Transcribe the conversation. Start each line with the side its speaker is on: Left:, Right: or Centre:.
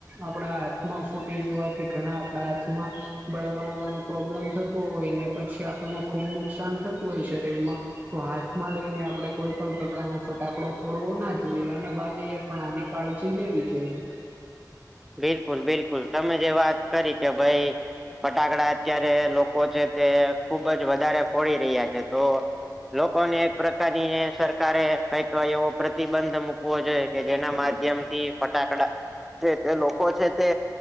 Right: આપડા હાથમાં ફૂટી જવાથી ઘણા આપડા હાથમાં બળવાનો અને પ્રોબ્લેમ થતો હોય ને પછી આપને ખુબ નુકસાન થતું હોય શરીર માં તો હાથ માં લઈને આપણે કોઈ પણ પ્રકાર ન ફટાકડો ફોડવો ના જોઈએ અને વાલી એ પણ આની કાળજી લેવી જોઈએ
Centre: બિલકુલ બિલકુલ તમે જે વાત કરી કે ભાઈ ફટાકડા અત્યારે લોકો છે તે ખુબ જ વધારે ફોડી રહ્યા છે તો લોકો ને એક પ્રકારની સરકારે કઈક એવો પ્રતિબંધ મૂકવો જોઈ કે જેના માધ્યમ ફટાકડા જે તે લોકો છે તે